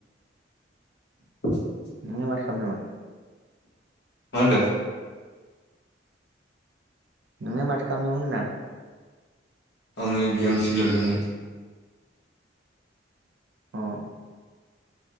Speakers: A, on the left; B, on the right.
A: <inaudible>
B: नोंलाय माथो खालामदोमोन?
A: मा होनदो?
B: नोंलाय माथो खामदोमोन होनदां।
A: आङो गेम्स गेलेदोंमोन।
B: अ।